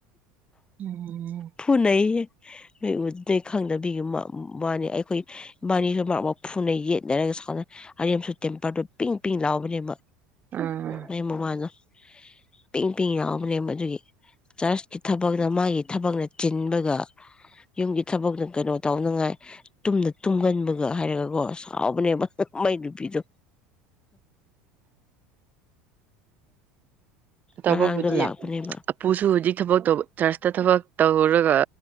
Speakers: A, on the right (about 40°); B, on the left (about 20°).
A: ꯎꯝ
B: ꯐꯨꯅꯩ ꯅꯣꯏ ꯎ ꯅꯣꯏ ꯈꯪꯗꯕꯤꯒꯤ ꯏꯕꯥꯅꯤ ꯑꯩꯈꯣꯏ ꯏꯕꯥꯅꯤꯁꯨ ꯃꯔ ꯐꯨꯅꯩ ꯌꯦꯠꯅꯔꯒ ꯁꯅ ꯑꯔ ꯌꯥꯝꯁꯨ ꯇꯦꯝꯄꯔ ꯄꯤꯡ ꯄꯤꯡ ꯂꯥꯎꯕꯅꯦꯕ
A: ꯎꯝ
B: ꯃꯣꯏ ꯃꯃꯥꯅ ꯄꯤꯡ ꯄꯤꯡ ꯌꯥꯎꯕꯅꯦ ꯃꯗꯨꯒꯤ ꯆꯔꯁ ꯊꯕꯛꯅ ꯃꯥꯒꯤ ꯊꯕꯛꯅ ꯆꯤꯟ ꯑꯗꯨꯒꯥꯕ ꯌꯨꯝꯒꯤ ꯊꯕꯛ ꯀꯩꯅꯣ ꯇꯧꯅꯉꯥꯏ ꯇꯨꯝꯅ ꯇꯨꯝꯒꯟꯕꯒ ꯍꯥꯏꯔꯒꯀꯣ ꯁꯥꯎꯕꯅꯦꯕ ꯃꯩ ꯅꯨꯄꯤꯗꯣ
A: ꯑꯇꯞꯧꯕꯕꯨꯗꯤ
B: ꯉꯔꯥꯡꯗꯣ ꯂꯥꯛꯄꯅꯦꯕ
A: ꯑꯄꯨꯁꯨ ꯍꯧꯖꯤꯛ ꯊꯕꯛ ꯇꯧꯕ ꯆꯔꯁꯇ ꯊꯕꯛ ꯇꯧꯍꯧꯔꯒ